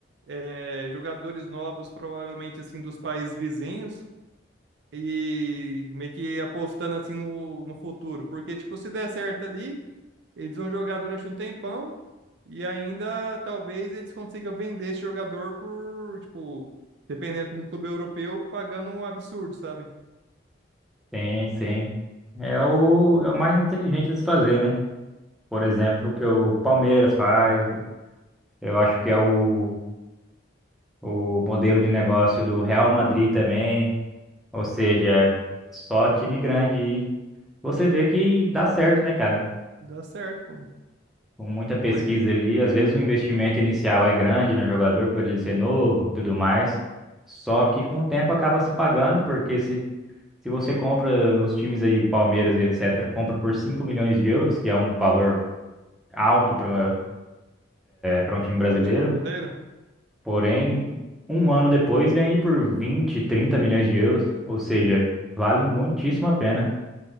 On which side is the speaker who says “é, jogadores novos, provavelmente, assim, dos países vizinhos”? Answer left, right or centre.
Right